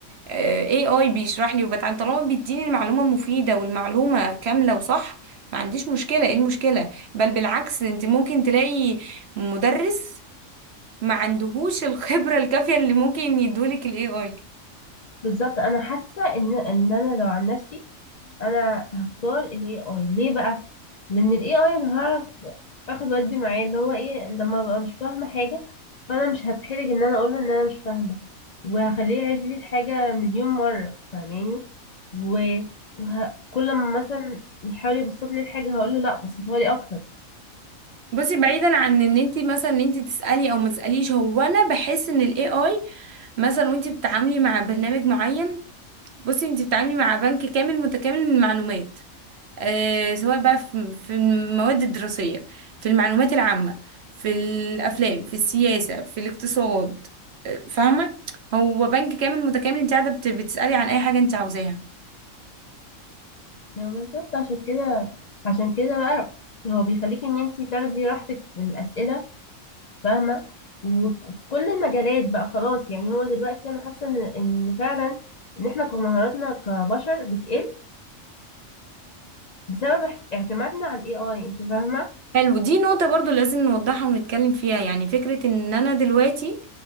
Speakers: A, on the right (about 55°); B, on the left (about 75°).
A: اي اي بيشرح لي وبتعلم طالما بيديني المعلومة مفيدة والمعلومة كاملة وصح ما عنديش مشكلة ايه المشكلة بل بالعكس انت ممكن تلاقي مدرس ما عندهوش الخبرة الكافية اللي ممكن يدولك الاي اي
B: بالظبط انا حاسة ان ان انا لو عن نفسي انا هختار الاي اي ليه بقى لان الاي اي انا هعرف اخد ودي معاه اللي هو ايه لما ببقى مش فاهمه حاجه فانا مش هتحرج ان انا اقول له ان انا مش فاهمه وهخليه يعيد لي الحاجه مليون مره فاهماني وكل ما مثلا يحاول يبسط لي الحاجه هقول له لا بسطها لي اكتر
A: بصي بعيدا عن ان انت مثلا ان انت تسالي او ما تساليش هو انا بحس ان الاي اي مثلا وانت بتتعاملي مع برنامج معين بصي انت بتتعاملي مع بنك كامل متكامل من المعلومات آه، سواء بقى في في المواد الدراسية في المعلومات العامة في الأفلام في السياسة في الاقتصاد آه، فاهمة هو بنك كامل متكامل انت قاعدة بت- بتسألي عن أي حاجة انت عاوزاها
B: يعني بالظبط عشان كده عشان كده بقى هو بيخليك ان انتي تاخدي راحتك في الاسئله فاهمة وفي كل المجالات بقى خلاص يعني هو دلوقتي أنا حاسة إن إن فعلا إن إحنا كمهاراتنا كبشر بتقل بسبب اح- اعتمادنا على ال AI أنت فاهمة؟
A: حلو دي نقطة برضو لازم نوضحها ونتكلم فيها يعني فكرة ان انا دلوقتي